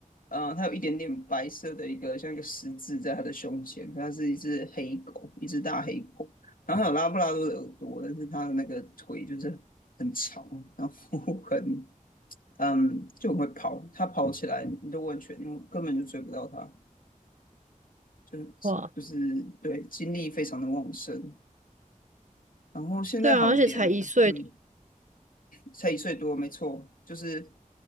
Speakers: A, on the left; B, on the right.
A: 呃，它有一点点白色的一个像一个十字在它的胸前，它是一只黑狗，一只大黑狗。然后它有拉布拉多的耳朵，但是它的那个腿就是很长，然后很嗯就很会跑。它跑起来，你都完全你根本就追不到它，就是就是对精力非常的旺盛。
B: 啊？哇，
A: 然后现在好一点了，
B: 对啊，而且才一岁，
A: 嗯，才一岁多，没错，就是